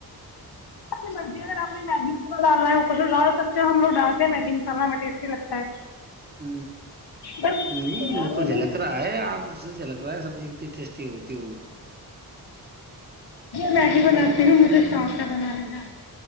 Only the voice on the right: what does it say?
ہ
نہیں
وہ تو
جھلک
رہا ہے آپ سے جھلک رہا ہے سبزی کتنی ٹیسٹ ہوتے ہو <unintelligible>